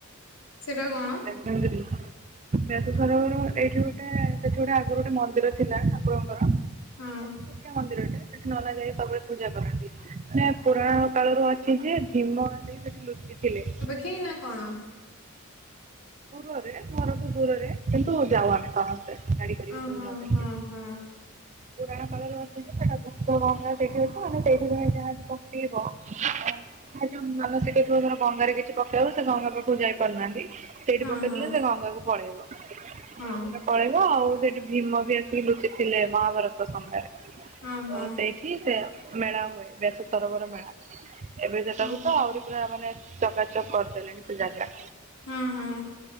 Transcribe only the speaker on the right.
<unintelligible> ବେସସରବର ଏଇଠି ଗୋଟେ ସେଠି ଗୋଟେ ଆଗରୁ ଗୋଟେ ମନ୍ଦିର ଥିଲା ଠାକୁରଙ୍କର। ସବୁ
ଛୋଟିଆ ମନ୍ଦିର ଟେ, ସେଠି ନନା ଯାଇଁ ସବୁବେଳେ ପୂଜା କରନ୍ତି, ମାନେ ପୁରାଣ କାଳରୁ ଅ ଯେ ଭୀମ ଯାଇଁ ସେଠି ଲୁଚିଥିଲେ।
ଦୂରରେ ଘରଠୁ ଦୂରରେ କିନ୍ତୁ ଯାଉ ଆମେ ସମସ୍ତେ। ଗାଡ଼ି କରିକି
ସବୁ ଯାଉଛନ୍ତି।
ପୁରାଣ କାଳରେ ବସିଚି ସେଟା ଗୁପ୍ତ ଗଙ୍ଗା ସେଇଠି ଅଛି ମାନେ ସେଇଠି ତମେ ଯାହା ସହିତ <inaudible> ଅଧା ଯୋଉ ମାନସିକ ଥିବ ଧର ଗଙ୍ଗାରେ କିଛି ପକେଇବ, ସେ ଗଙ୍ଗା ପାଖକୁ ଯାଇ ପାରୁନାହାନ୍ତି। ସେଇଠି
ପକେଇଦେଲେ
ସେ ଗଙ୍ଗାକୁ ପଳେଇବ,
ସେଟା ପଳେଇବ ଆଉ ସେଠି ଭିମ ବି ଆସିକି ଲୁଚି ଥିଲେ ମହାଭାରତ ସମୟରେ,
ତ
ସେଇ ଠିକ୍ ସେ ମେଳା ହୁଏ ବ୍ୟାସ ସରୋବର ମେଳା ଏବେ ସେଟାକୁ
ତ ଆହୁରି ପୁରା ମାନେ ଚକାଚକ୍ କରିଦେଲେଣି ସେ ଜାଗା।